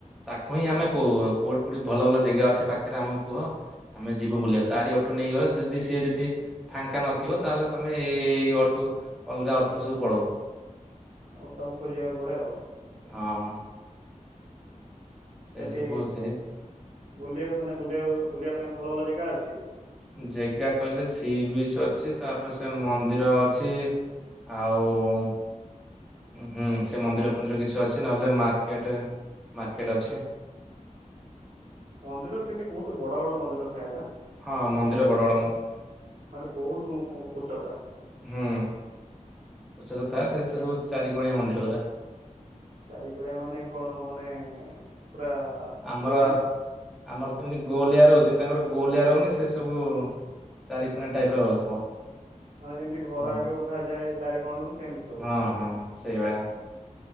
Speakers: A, in the centre; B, on the right (about 70°).
A: ତାକୁ ହିଁ ଆମେ କହୁ କୋଉଠି କୋଉଠି ଭଲ ଭଲ ଜାଗା ଅଛି ପାଖରେ ଆମକୁ କୁହ। ଆମେ ଯିବୁ ବୁଲିବା ତାରି ଅଟୋ ନେଇକି ଗଲେ ଯଦି ସିଏ ଯଦି ଫାଙ୍କା ନଥିବ ତାହେଲେ ତମେ ଏଇଇ ଅଟୋ ଅଲଗା ଅଟୋରେ ସବୁ ପଳଉ।
B: ଆଉ ତମକୁ ଖୋଜିବାକୁ ପଡେ ଆଉ।
A: ହଁ। ସେ
B: ସେଠି
A: ସବୁ ସେ
B: ବୁଲିବାକୁ ମାନେ ବୁଲିବାକୁ ବୁଲିବା ପାଇଁ ଭଲ ଭଲ ଜେଗା ଅଛି।
A: ଜେଗା କହିଲେ ସି ବିଚ୍ ଅଛି ତାପରେ ସେ ମନ୍ଦିର ଅଛି। ଆଉ ହୁଁ ସେ ମନ୍ଦିର ଫନ୍ଦିର କିଛି ଅଛି ନହେଲେ ମାର୍କେଟ ମାର୍କେଟ ଅଛି।
B: ମନ୍ଦିର ସେଇଠି ବହୁତ ବଡ଼ ବଡ଼ ମନ୍ଦିର ଥାଏ ନା।
A: ହଁ ମନ୍ଦିର ବଡ ବଡ ମନ୍ଦିର।
B: ମାନେ ବହୁତ ଉ ଉଚ୍ଚତା।
A: ହୁଁ ଉଚ୍ଚତା ଥାଏ ତ ସେ ସବୁ ଚାରିିକଣିଆ ମନ୍ଦିର ଗୁରା।
B: ଚାରି କୋଡିଆ ମାନେ କଣ ମାନେ ପୁରା
A: ଆମର
B: ଗୋଲ
A: ଆମର ଯେମିତି ଗୋଳିଆ ରହୁଛି ତାଙ୍କର ଗୋଳିଆ ରହୁନି ସେ ସବୁ ଚାରି କନିଆ ଟାଇପର ରହୁଥିବ।
B: ମାନେ ଯେମିତି ଘର
A: ହେଲା କି
B: ଆଗେ ଉଠାଯାଏ ଚାରି କଣରୁ ସେମିତି ସବୁ।
A: ହଁ ହଁ। ସେଇଭଳିଆ।